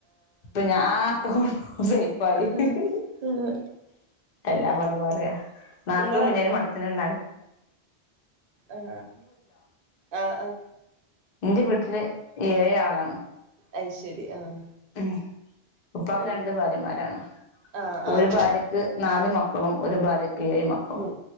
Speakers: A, on the left (about 50°); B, on the right (about 60°).
A: പിന്നെ ആ കുറച്ചു ഹി
B: ആഹ്
A: ഹി എല്ലാപ്പൊ എന്താ പറയാ നാത്തുൻ
B: ഇങ്ങള്
A: പിന്നെ അയിന് മട്ടത്തിനന്നെ
B: അതാ ആഹ് ആഹ്
A: എന്റെ വീട്ടില് ഏഴ് ആളാണ്.
B: അയ്ശരി ആഹ്.
A: ഉം ഉപ്പാക്ക്
B: അങ്ങനെ
A: രണ്ട് ഭാര്യമാരാണ്.
B: ആഹ് ആഹ്
A: ഒരു
B: അങ്ങനെ
A: ഭാര്യക്ക് നാല് മക്കളും ഒരു ഭാര്യക്ക് ഏഴ് മക്കളും,
B: മൂ